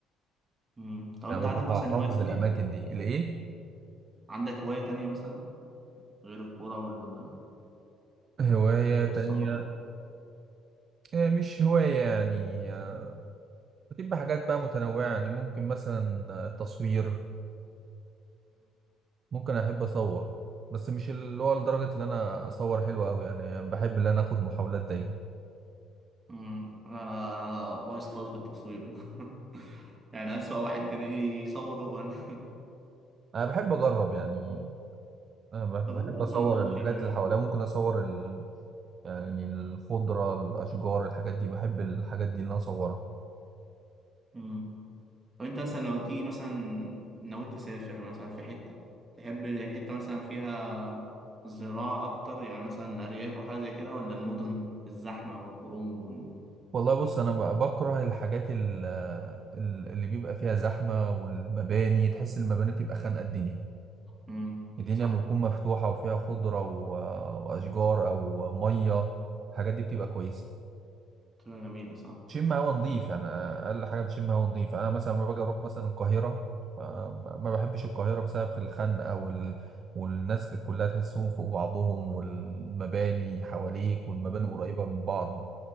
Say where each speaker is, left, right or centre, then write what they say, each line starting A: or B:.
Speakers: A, on the right; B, on the right.
A: مم. طب
B: يعني
A: انت عندك
B: ببقى
A: مثلا
B: حافظ
A: هوايه تانية
B: الأماكن دي الإيه
A: عندك هوايه تانية مثلا غير الكوره وال...
B: هواية
A: والسفر
B: تانية آه، مش هواية يعني آه، بتبقى حاجات بقى متنوعة يعني ممكن مثلا آه، التصوير ممكن أحب أصور بس مش اللي هو لدرجة إن أنا أصور حلو أوي يعني بحب إن أنا آخد محاولات دايما
A: مم، انا أنا بايظ خالص في التصوير <laughs> يعني اسوأ واحد تلاقيه يصور هو انا
B: أنا بحب أجرب يعني
A: <laughs>
B: أنا بح- بحب
A: طب هو عموما
B: أصور
A: اه
B: الحاجات
A: شيء جميل
B: اللي حواليا ممكن أصور ال... يعني الخضرة الأشجار الحاجات دي بحب الحاجات دي اللي أنا أصورها
A: مم. طب انت مثلا لو تيجي مثلا ناوي تسافر مثلا في حتة تحب حتة مثلا فيها زراعة أكتر يعني مثلا أرياف أو حاجة زي كده ولا المدن الزحمة والخروج وال...
B: والله بص أنا ب- بكره الحاجات ال- ال- اللي بيبقى فيها زحمة والمباني تحس المباني بتبقى خانقة الدنيا
A: مم،
B: الدنيا
A: صح
B: لما بتكون مفتوحة وفيها خضرة و... وأشجار أو مية الحاجات دي بتبقى كويسة
A: تبقى جميلة صح
B: بتشم هوا نظيف يعني اقل حاجه بتشم هوا نظيف انا مثلا لما باجي اروح مثلا القاهره فما- ما بحبش القاهره بسبب الخنقه وال... والناس كلها تحسهم فوق بعضهم والمباني حواليك والمباني
A: مم.
B: قريبه من بعض